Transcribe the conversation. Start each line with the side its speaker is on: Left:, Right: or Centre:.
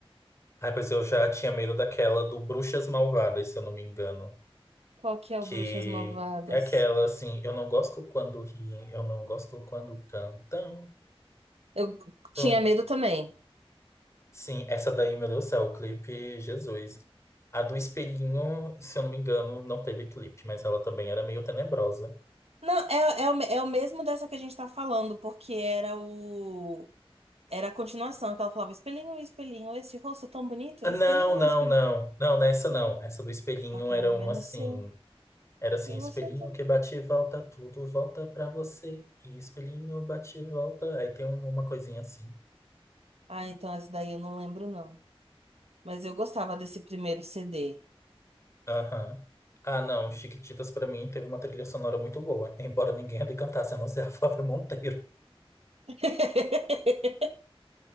Left: Ai, pois eu já tinha medo daquela do Bruxas Malvadas, se eu não me engano.
Right: Qual que é o
Left: Que
Right: Bruxas Malvadas?
Left: é aquela, assim, eu não gosto quando riem, eu não gosto quando cantam.
Right: Eu tinha
Left: Tô-
Right: medo também.
Left: Sim, essa daí, meu Deus do céu, o clipe Jesus. A do espelhinho, se eu não me engano, não teve clipe, mas ela também era meio tenebrosa.
Right: Não, é, é, o, é o mesmo dessa que a gente tá falando, porque era o. Era a continuação, que ela falava: espelhinho, espelhinho, esse rosto tão bonito,
Left: Ah,
Right: espelhinho,
Left: Não, não,
Right: espelhinho.
Left: não. Não, nessa
Right: Quem
Left: não.
Right: é?
Left: Essa do espelhinho
Right: Que qualquer
Left: era
Right: um
Left: uma
Right: menos
Left: assim.
Right: seu,
Left: Era assim,
Right: eu
Left: espelhinho
Right: vou também.
Left: que bate e volta, tudo volta pra você. E espelhinho bate e volta. Aí tem um- uma coisinha assim.
Right: Ah, então essa daí eu não lembro, não. Mas eu gostava desse primeiro CD.
Left: Aham. Ah, não. Chiquititas pra mim teve uma trilha sonora muito boa. Embora ninguém ali cantasse, a não ser a <laughs> Flávia Monteiro.
Right: <laughs>